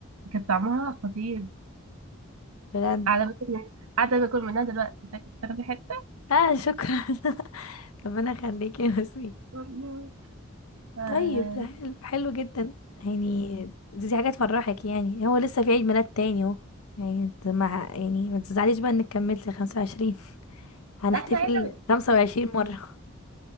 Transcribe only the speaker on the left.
بجد
اه شكرا <laughs> ربنا يخليكي يا وسيم
طيب ده حلو حلو جدا يعني دي, دي حاجه تفرحك يعني هو لسه في عيد ميلاد تاني اهو يعني انت مع يعني ما تزعليش بقى انك كملت 25 هنحتفل
25 مرة